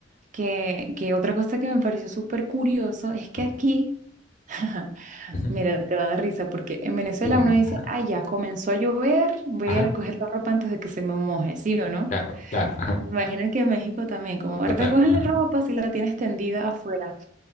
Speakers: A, on the right (about 40°); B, on the left (about 40°).
A: que, que otra cosa que me pareció súper curioso es que
B: ujú,
A: aquí <laughs>
B: ujú.
A: Mira, te va a dar risa porque en Venezuela
B: Dime,
A: uno
B: dime.
A: dice, ah, ya comenzó a llover, voy
B: Ajá,
A: a recoger la ropa antes de que se me moje, ¿sí o no?
B: claro, claro, ajá,
A: Imagino que en México también, como
B: total.
A: recogen
B: Ajá,
A: la ropa si la tienes tendida afuera.